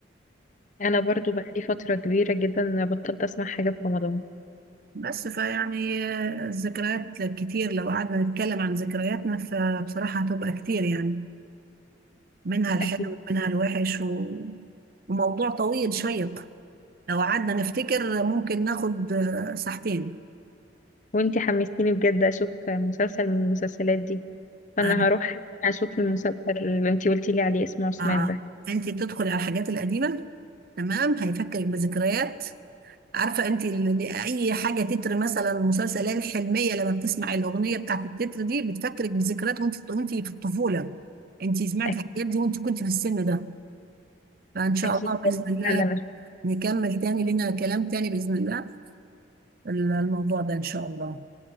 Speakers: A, on the left; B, on the right.
A: انا برضو بقالي فترة كبيرة جدا انا بطلت اسمع حاجة في رمضان
B: بس فيعني آه، الذكريات كتير لو قعدنا نتكلم عن ذكرياتنا فبصراحة هتبقى كتير يعني منها الحلو
A: اكيد
B: ومنها الوحش و... وموضوع طويل شيق لو قعدنا نفتكر ممكن ناخد آه، ساعتين
A: وانتي حمستيني بجد اشوف مسلسل من المسلسلات دي فانا
B: آه،
A: هروح اشوف المسلسل اللي انتي قلتي لي عليه اسمه عثمان
B: آه،
A: ده
B: انت تدخلي على الحاجات القديمة تمام هيفكرك بذكريات عارفه انت ال- اي حاجه تتر مثلا المسلسلات الحلميه لما بتسمع الاغنيه بتاعت التتر دي بتفكرك بذكريات وانت وانت في الطفوله انت سمعت
A: أك-
B: الحاجات دي وانت كنت في السن ده فان شاء
A: اكيد
B: الله باذن الله
A: فعلا
B: نكمل تاني لنا كلام تاني باذن الله ال- الموضوع ده ان شاء الله